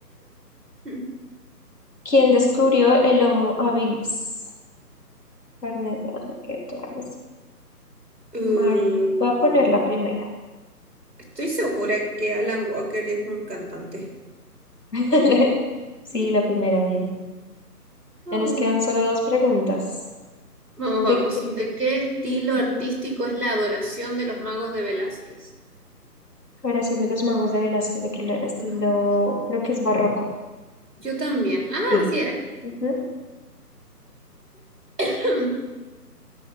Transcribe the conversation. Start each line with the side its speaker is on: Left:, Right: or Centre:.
Right: <clears throat>
Left: ¿Quién descubrió el Homo habilis? Carnet, ay, ¿qué tal?
Right: Uh,
Left: María. Voy a poner la primera.
Right: estoy segura que Alan Walker es un cantante.
Left: <laughs> Sí, la primera, bien.
Right: Oh.
Left: Ya nos quedan solo dos preguntas.
Right: Vamos,
Left: ¿De
Right: vamos.
Left: qué?
Right: ¿De qué estilo
Left: Ujú.
Right: artístico es la adoración de los magos de Velázquez?
Left: Oración de los magos de Velasco, de qué le- estilo,
Right: Magos.
Left: creo que es barroco.
Right: Yo también. Ah,
Left: Sí.
Right: así era.
Left: Ujú.
Right: <clears throat>